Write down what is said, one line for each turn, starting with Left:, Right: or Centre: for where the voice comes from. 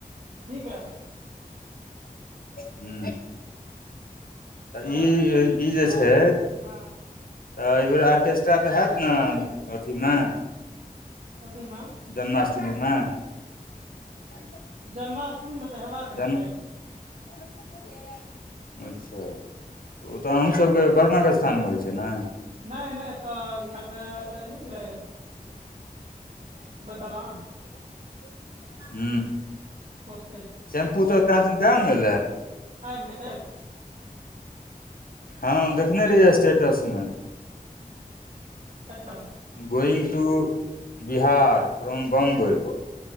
Right: ठीक रहेन
Left: हू तऽ
Right: मतलब
Left: ई ई जे छै
Right: हँ
Left: तऽ एहि बेेर आर्केस्ट्रा तऽ हेत ने अथीमे
Right: कथी म
Left: जन्माष्टमी में <unintelligible>
Right: जन्माष्टमीमे तऽ हेबाक
Left: जन्म
Right: चाही
Left: <unintelligible> अच्छा ओ तऽ अहूँ सबके बर्माके स्थानमे होइ छै न
Right: नहि नहि एतऽ यहाँके नहि अय
Left: <unintelligible>
Right: दलान
Left: ह
Right: ओते
Left: शैम्पू तऽ दादी देए एलनि
Right: आइब गेल
Left: हँ देखने रहियै स्टेटस मे
Right: अच्छा
Left: going to Bihar from Bombay